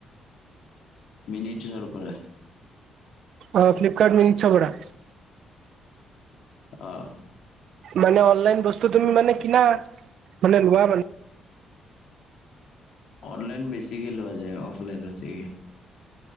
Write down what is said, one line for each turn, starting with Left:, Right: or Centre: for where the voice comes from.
Left: মিনিটৰ পৰা।
Right: অ', ফ্লিপকাৰ্ট মিষ্টৰ পৰা।
Left: অ'।
Right: মানে অনলাইন বস্তুটো তুমি মানে কিনা, মানে লোৱা মানে!
Left: অনলাইন বেছিকৈ লোৱা যায়, অফলাইনতছে।